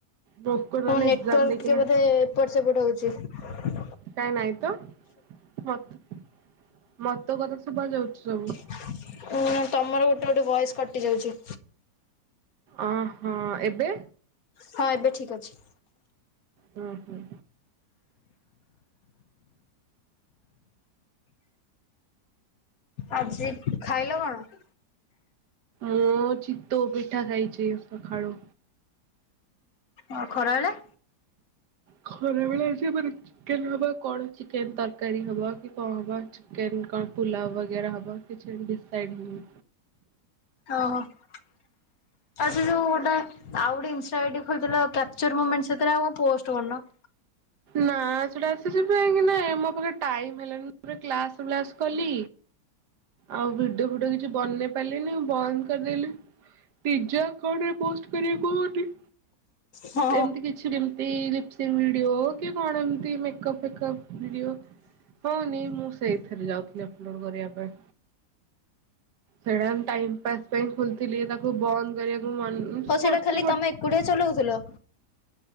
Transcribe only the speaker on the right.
ଲୋକମାନେ
ଏକ୍ଜାମ ଦେଇକିନା
କାଇଁ ନାଇଁ ତ ମ ତେ ମ ତୋ କଥା ଶୁଭ ଯାଉଛି ସବୁ।
ଅଁ ହଁ ଏବେ?
ହୁଁ ହୁଁ।
ଓ ଚିତଉ ପିଠା ଖାଇଛି ସଖାଳୁ।
ଖରା ବେଳେ ଅଛି ମ ଚିକେନ ହବ କଣ ଚିକେନ ତରକାରୀ ହବ କି କଣ ହବ ଛି କେନ କଣ ପୁଲାଓ ବଗେରା ହବ କିଛି ଡିସାଇଡ୍ ହେଇନି।
ନା ସେଟା ସେସିପାଇଁ କିନା ଏ ମୋ ପାଖରେ ଟାଇମ୍ ହେଲାନି ପରେ କ୍ଲାସ ଫ୍ଲାସ କଲି। ଆଉ ଭିଡିଓ ଫିଡିଓ କିଛି ବନେଇ ପାରିଲିନି ବନ୍ଦ କରିଦେଲି। ନିଜ ଆକାଉଣ୍ଟୁରେ ପୋଷ୍ଟ କରିବାକୁ ହୁଉନି
ଏମିତି କିଛି ଯେମିତି ଲିପସିଂ ଭିଡିଓ କି କଣ ଏମତି ମେକପ୍ ଫେକପ୍ ଭିଡିଓ। ହଉନି ମୁଁ ସେଇଥିରେ ଯାଉଥିଲି ଅପଲୋଡ କରିବା ପାଇଁ। ସେଟା ଟାଇମ ପାସ୍ ପାଇଁ ଖୋଲିଥିଲି ତାକୁ ବନ୍ଦ କରିବାକୁ ମ
ପଡ଼ିଛି ପ